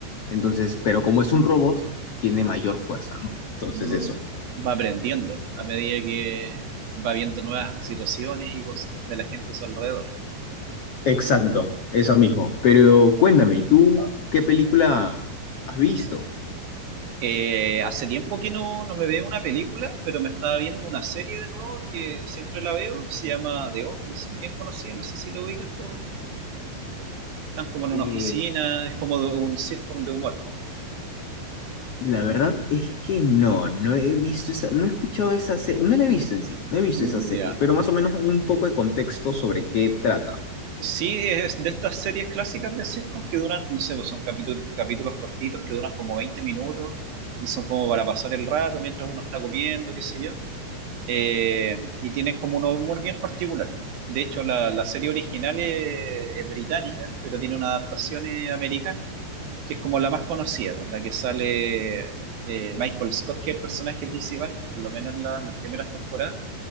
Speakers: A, on the left; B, on the right.
A: Entonces, pero como es un robot, tiene mayor fuerza, ¿no? Entonces
B: mm.
A: eso.
B: Va aprendiendo a medida que va viendo nuevas situaciones y cosas de la gente a su alrededor.
A: Exacto, eso
B: Mm.
A: mismo. Pero cuéntame, ¿tú qué película has visto?
B: Eh, hace tiempo que no, no me veo una película, pero me estaba viendo una serie de nuevo que siempre la veo, se llama The Office, bien conocida, no sé si lo ubicas tú. Están como en una
A: Eh,
B: oficina, es como de- un sitcom de humor.
A: La verdad es que no, no he visto esa, no he escuchado esa serie, no la he visto en sí, no he visto
B: Mm,
A: esa serie,
B: Ya.
A: pero más o menos dame un poco de contexto sobre qué trata.
B: Sí, es de estas series clásicas de sitcom que duran, no sé, pues son capítulos, capítulos cortitos que duran como 20 minutos y son como para pasar el rato mientras uno está comiendo, qué sé yo. Eh, y tienen como un humor bien particular. De hecho, la, la serie original es, es británica, pero tiene una adaptación eh, americana, que es como la más conocida, pues, la que sale eh, Michael Scott, que es el personaje principal, por lo menos en la- las primeras temporadas,